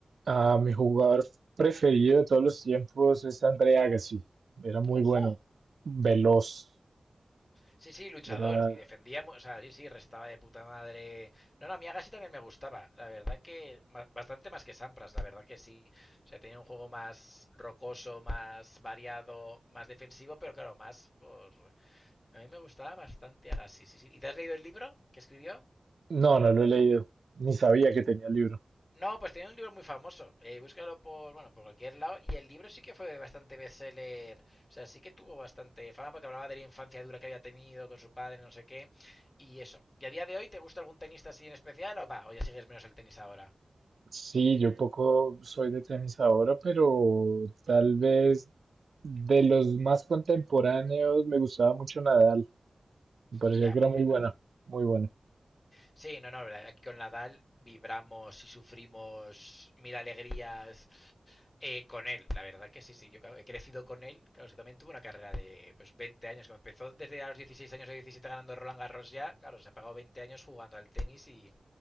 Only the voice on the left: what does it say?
¡Ojo!
Sí, sí, luchador.
Y defendíamos, o sea, sí, sí, restaba de puta madre. No, no, Miyagashi también me gustaba. La verdad que ma- bastante más que Sampras, la verdad que sí. O sea, tenía un juego más rocoso, más variado, más defensivo, pero claro, más por... A mí me gustaba bastante Agashi, sí, sí. ¿Y te has leído el libro que escribió?
No, pues tenía un libro muy famoso. Eh, búscalo por, bueno, por cualquier lado. Y el libro sí que fue bastante bestseller. O sea, sí que tuvo bastante fama porque hablaba de la infancia dura que había tenido con su padre, no sé qué. Y eso. ¿Y a día de hoy te gusta algún tenista así en especial? O va, o ya sigues menos el tenis ahora.
Y Ya,
pobre
Nadal.
Sí, no, no, aquí con Nadal vibramos y sufrimos mil alegrías Eh, con él, la verdad que sí, sí, yo claro, he crecido con él, claro, que también tuvo una carrera de pues 20 años, que me empezó desde a los 16 años o 17 ganando Roland Garros ya, claro, se ha pagado 20 años jugando al tenis y,